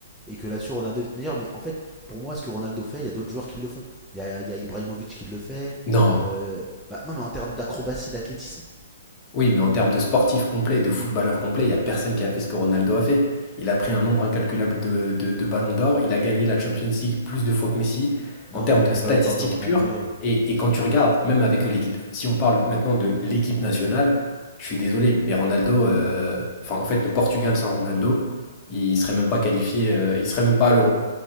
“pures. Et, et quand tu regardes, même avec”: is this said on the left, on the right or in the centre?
Left